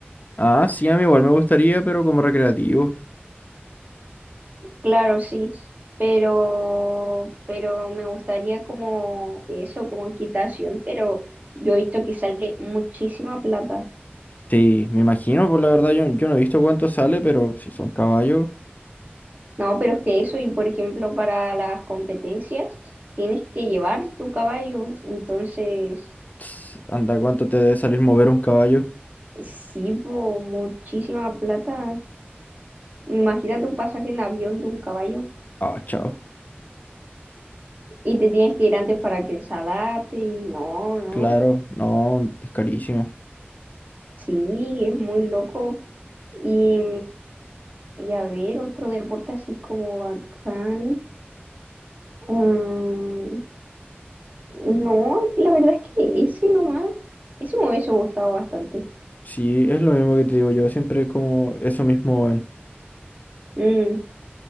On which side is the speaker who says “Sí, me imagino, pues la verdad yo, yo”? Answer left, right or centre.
Left